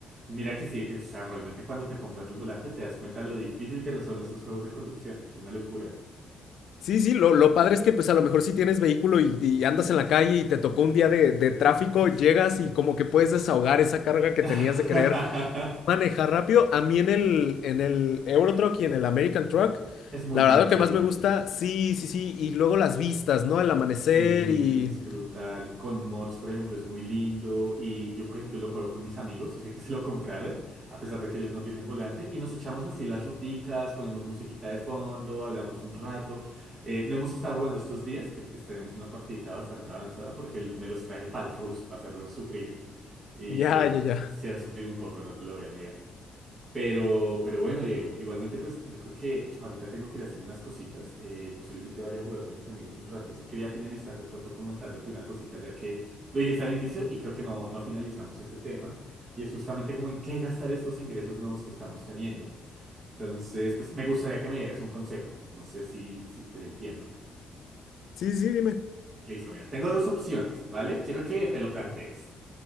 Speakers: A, on the right (about 30°); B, on the left (about 70°).
A: Y mira que sí, es- o sea, realmente cuando te compras el volante te das cuenta lo difícil que no son estos juegos de conducción. Es una locura.
B: Sí, sí, lo, lo padre es que pues a lo mejor si tienes vehículo y, y andas en la calle y te tocó un día de, de tráfico, llegas y como que puedes desahogar esa carga que
A: <laughs>
B: tenías de querer manejar rápido. A mí en el, en el euro truck y en el American Truck,
A: Es muy
B: la
A: tranquilo.
B: verdad lo que más me gusta, sí, sí, sí, y luego las vistas, ¿no? El amanecer
A: Sí,
B: y
A: es brutal. Con mods, por ejemplo, es muy lindo. Y yo, por ejemplo, lo juego con mis amigos y sé que se lo compraron, a pesar de que ellos no tienen volante. Y nos echamos así las ruticas, ponemos musiquita de fondo, hablamos un rato. Eh, no hemos estado jugando estos días, que pues, tenemos una partidita bastante avanzada, porque me los traje para el Rust, para hacerlos sufrir. Y,
B: ya,
A: y bueno,
B: ya, ya.
A: sí han sufrido un poco, no te lo voy a negar. Pero, pero bueno, Diego, igualmente pues yo creo que ahorita tengo que ir a hacer unas cositas. eh, posiblemente vaya a jugar con mis amigos un rato. Sí quería finalizar de pronto comentándote una cosita, ya que lo dijiste al inicio y creo que no, no finalizamos ese tema. Y es justamente como en qué gastar estos ingresos nuevos que estamos teniendo. Entonces, pues me gustaría que me dieras un consejo. No sé si, si te dé el tiempo.
B: Sí, sí, dime.
A: Listo, mira, tengo dos opciones, ¿vale? Quiero que te lo plantees.